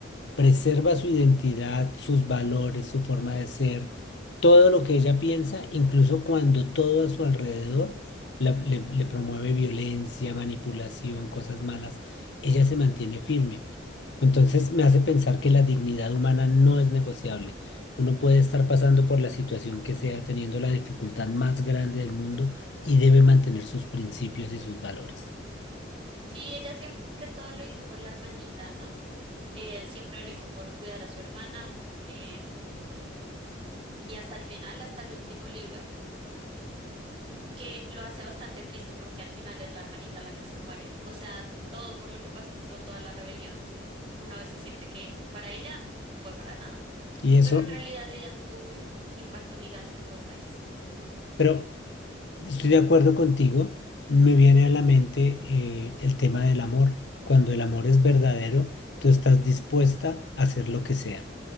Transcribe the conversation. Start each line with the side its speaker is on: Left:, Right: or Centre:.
Left: preserva su identidad, sus valores, su forma de ser, todo lo que ella piensa, incluso cuando todo a su alrededor la- le, le promueve violencia, manipulación, cosas malas, ella se mantiene firme. Entonces me hace pensar que la dignidad humana no es negociable. Uno puede estar pasando por la situación que sea, teniendo la dificultad más grande del mundo y debe mantener sus principios y sus valores.
Right: sí, ella siempre todo lo hizo por la hermanita, ¿no? Eh, siempre lo hizo por cuidar a su hermana em, y hasta el final, hasta el último libro, que lo hace bastante triste porque al final es la hermanita la que se muere. O sea, todo por lo que pasó, toda la rebelión, una vez se siente que para ella fue para nada.
Left: Y eso,
Right: pero en realidad ella tuvo un impacto gigante en todo el país.
Left: pero estoy de acuerdo contigo, me viene a la mente eh, el tema del amor. Cuando el amor es verdadero, tú estás dispuesta a hacer lo que sea.